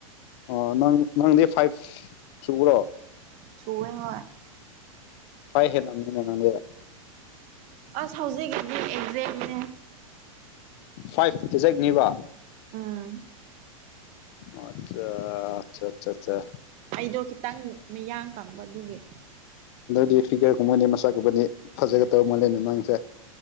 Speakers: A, on the left; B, on the right.
A: ꯑꯣ ꯅꯪ ꯅꯪꯗꯤ ꯐꯥꯏꯚ ꯁꯨꯕ꯭ꯔꯣ
B: ꯁꯨꯋꯦ ꯍꯣꯏ
A: <unintelligible>
B: ꯑꯁ ꯍꯧꯖꯤꯛꯒꯗꯤ ꯑꯦꯛꯖꯦꯛꯅꯦ
A: ꯐꯥꯏꯚ ꯑꯦꯖꯦꯛꯅꯤꯕ
B: ꯎꯝ
A: ꯑꯣ ꯆꯥ ꯆꯥ ꯆꯥ ꯆꯥ
B: ꯑꯩꯗꯣ ꯈꯤꯇꯪ ꯃꯤꯌꯥꯡ ꯀꯪꯕ ꯑꯗꯨꯒꯤ
A: ꯑꯗꯨꯗꯤ ꯐꯤꯒꯔ ꯀꯨꯝꯕꯗꯤ ꯃꯁꯥꯛꯒꯨꯝꯕꯗꯤ ꯐꯖꯒꯗꯧ ꯃꯜꯂꯦꯅꯦ ꯅꯪꯁꯦ